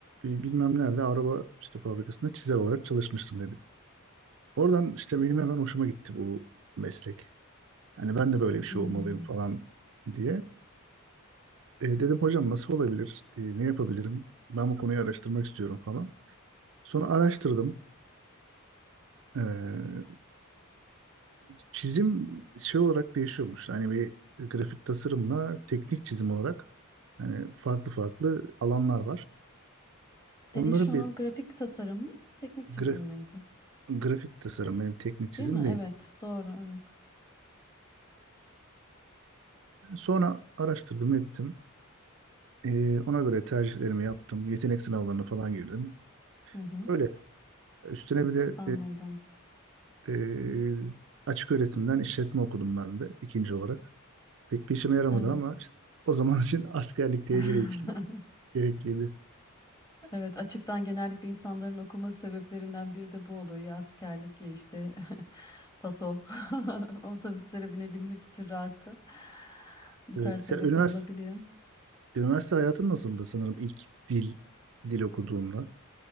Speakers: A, on the right (about 60°); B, on the left (about 15°).
A: e, bilmem nerede araba işte fabrikasında çizer olarak çalışmıştım dedi. Oradan işte benim hemen hoşuma gitti bu meslek. Hani ben de böyle bir şey
B: Hmm.
A: olmalıyım falan diye. E, dedim hocam nasıl olabilir? E, ne yapabilirim? Ben bu konuyu araştırmak istiyorum falan. Sonra araştırdım. E, çizim şey olarak değişiyormuş. Hani bir grafik tasarımla teknik çizim olarak hani farklı farklı alanlar var. Onları
B: Senin şu
A: bir
B: an grafik tasarım mı, teknik çizim
A: gra-
B: miydi?
A: grafik tasarım benim teknik çizim
B: Değil mi?
A: değil.
B: Evet, doğru, evet.
A: Sonra araştırdım ettim. E, ona göre tercihlerimi yaptım. Yetenek sınavlarına falan girdim.
B: Hı hı.
A: Öyle. Üstüne bir de
B: Anladım.
A: e, e, açık öğretimden işletme okudum ben de ikinci olarak. Pek bir işime yaramadı
B: Evet.
A: ama işte o zaman <laughs> için askerlik tecili
B: <laughs>
A: için gerekliydi.
B: Evet, açıktan genellikle insanların okuması sebeplerinden biri de bu oluyor. Ya askerlik ya işte <laughs> paso <laughs> otobüslere binebilmek için rahatça. Bu
A: Evet.
B: tarz sebepler
A: Ya üniversite,
B: olabiliyor.
A: üniversite hayatın nasıldı sanırım ilk dil dil okuduğunda?